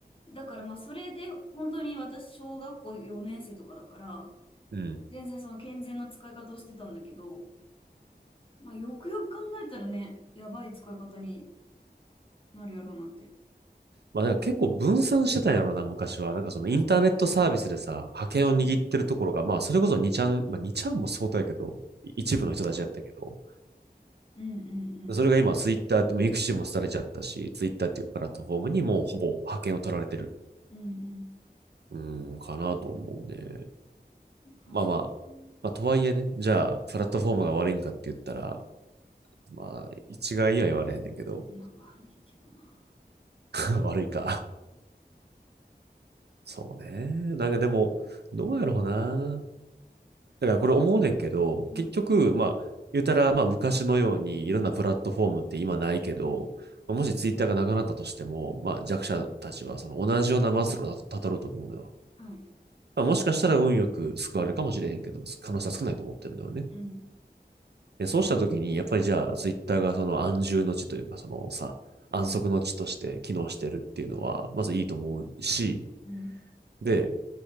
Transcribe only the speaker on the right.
うん。
まあ、んか結構分散してたんやろな、昔は。なんかそのインターネットサービスでさ、覇権を握ってるところが、
まあ、それこそ2ちゃん、まあ、にちゃんも相当やけど、一部の人たちやったけど、
それが今ツイッターって、
ミクシーも廃れちゃったし、ツイッターっていうプラットフォームにもうほぼ覇権を取られてる。
うん、かなと思うね。
まあまあ、まあとはいえね、じゃあ、プラットフォームが悪いんかって言ったら、まあ、一概には言われへんねんけど、
<laughs> 悪いか。そうね。なんかでも、どうやろうな。だからこれ思うねんけど、
結局、まあ、言うたら、まあ昔のようにいろんなプラットフォームって今ないけど、もしツイッターがなくなったとしても、まあ弱者たちはその同じような末路をたたどると思うのよ。
まあもしかしたら運よく救われるかもしれへんけど、可能性は少ないと思ってるんだよね。
で、そうしたときに、やっぱりじゃあ、ツイッターがその安住の地というか、そのさ、
安息の地として機能してるっていうのは、まずいいと思うし、
で、